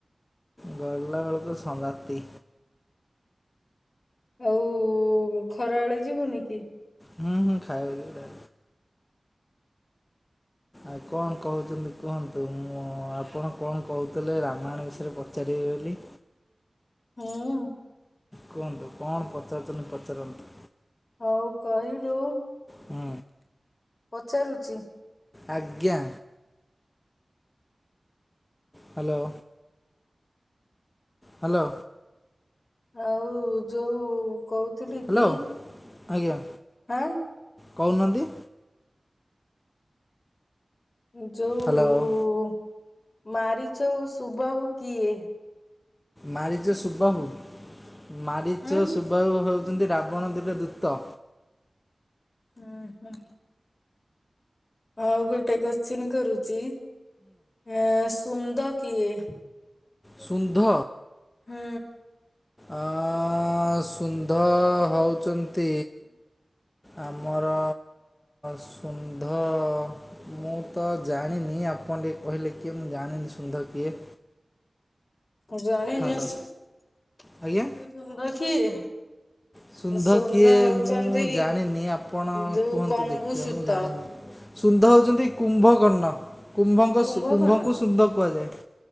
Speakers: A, on the left; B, on the left.
A: ଗଲା ବେଳକୁ ତ ସଂଙ୍ଗାତି।
B: ଆଉ ଖରା ବେଳେ ଯିବୁନି କି?
A: ହୁଁ ହୁଁ ଖାଇବା। ଆଉ କଣ କହୁଥିଲେ। କୁହନ୍ତୁ ମୁଁ ଆପଣ କଣ କହୁଥିଲେ ରାମାୟଣ ବିଷୟରେ ପଚାରିବେ ବୋଲି।
B: ମୁଁ।
A: କୁହନ୍ତୁ କଣ ପଚାରୁଚନ୍ତି ପଚାରନ୍ତୁ।
B: ହଉ କହିଲୁ
A: ହୁଁ
B: ପଚାରୁଚି
A: ଆଜ୍ଞା। ହ୍ୟାଲୋ। ହ୍ୟାଲୋ।
B: ଆଉ ଯୋଉ କହୁଥିଲି
A: ହ୍ୟାଲୋ
B: କି
A: ଆଜ୍ଞା।
B: ଆଁ।
A: କହୁନାହାନ୍ତି।
B: ଉଁ, ଯୋଉ
A: ହ୍ୟାଲୋ
B: ମାରିଚ ଓ ସୁବାହୁ କିଏ?
A: ମାରି ଚି ସୁବାହୁ ମାରିଚ
B: ହୁଁ
A: ସୁବାହୁ ହଉ ଚନ୍ତି ରାବଣର ଦିଟା ଦୂତ।
B: ହୁଁ, ହୁଁ। ଆଉ ଗୋଟେ କୋଶ୍ଚିନ୍ କରୁଚି। ଏସ ତୁନ୍ଦ କିଏ?
A: ସୁନ୍ଧ?
B: ହଁ।
A: ଅଁ, ସୁନ୍ଧ ହଉଚନ୍ତି ଆମର ସୁନ୍ଧ ମୁଁ ତ ଜାଣିନି। ଆପଣ ଟିକେ କହିଲେ କିଏ? ମୁଁ ଜାଣିନି ସୁନ୍ଧ କିଏ।
B: ଜାଣିିନ
A: ହ୍ୟାଲୋ
B: ସୁନ୍ଦ
A: ଆଜ୍ଞା
B: କିଏ?
A: ସୁନ୍ଧ
B: ସୁନ୍ଦ
A: କିଏ
B: ହଉଛନ୍ତି
A: ମୁଁ ଜାଣିନି। ଆପଣ
B: ଯୋଉ
A: କୁହନ୍ତୁ
B: କମ୍ବୁସୂତ
A: ଦେଖିବା ମୁଁ ଜାଣିନି। ସୁନ୍ଧ ହଉଚନ୍ତି କୁମ୍ଭକର୍ଣ୍ଣ। କୁମ୍ଭଙ୍କ
B: କୁମ୍ଭକର୍ଣ୍ଣ
A: ସୁ-କୁମ୍ଭଙ୍କୁ ସୁନ୍ଧ କୁହାଯାଏ।